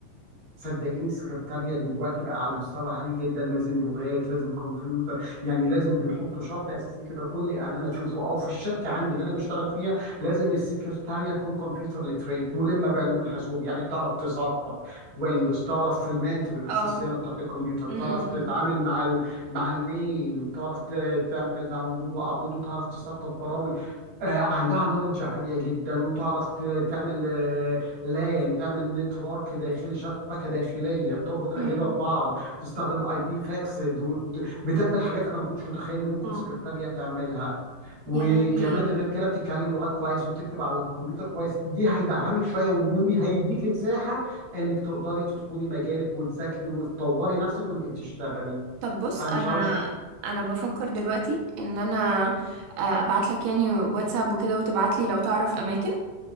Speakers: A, on the right; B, on the right.
A: صدقيني السكرتارية دلوقتي بقى على مستوى عالي جدا لازم لغات لازم كمبيوتر يعني لازم بيحطوا شرط اساسي كده كل اعلان اشوفه او في الشركه عندي اللي انا بشتغل فيها لازم السكرتارية تكون كمبيوتر ليتريت ملمه بعلوم الحاسوب يعني بتعرف تسطب ويندوز تعرف في المينتنس
B: اه
A: الصيانه بتاعت الكمبيوتر تعرف
B: مم، مم،
A: تتعامل مع ال... مع الميل وتعرف ت- تعمل داونلود وابلود وتعرف تسطب برامج آه، عندها نولج عالية جدا وتعرف ت- تعمل آه، لان تعمل نتورك داخلي شبكه داخليه بتربط اجهزه
B: مم.
A: ببعض تستخدم اي بي فاكسد بتعمل حاجات انا ما كنتش متخيل ان ممكن
B: مم.
A: سكرتاريه تعملها وكمان
B: يعني
A: غير كده بتتكلم لغات كويس وبتكتب على الكمبيوتر كويس دي هيدعمك شويه وهيديكي مساحه انك تقدري تدخلي مجالك وتذاكري وتطوري نفسك وانت بتشتغلي
B: طب بص
A: انا
B: انا
A: مش عاوز
B: انا بفكر دلوقتي ان انا ابعت لك يعني واتساب وكده وتبعت لي لو تعرف اماكن